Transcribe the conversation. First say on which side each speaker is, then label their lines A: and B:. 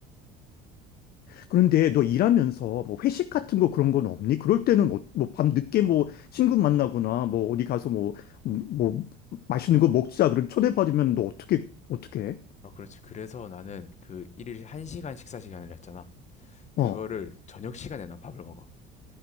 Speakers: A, on the left; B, on the left.
A: 그런데 너 일하면서 뭐 회식 같은 거 그런 건 없니? 그럴 때는 어, 뭐, 밤 늦게 뭐 친구 만나거나 뭐 어디 가서 뭐, 음, 뭐 맛있는 거 먹자. 그렇게 초대받으면 너 어떻게, 어떻게 해?
B: 아 그렇지. 그래서 나는 그 일일 1시간 식사 시간을 했잖아.
A: 어.
B: 그거를 저녁 시간에 난 밥을 먹어.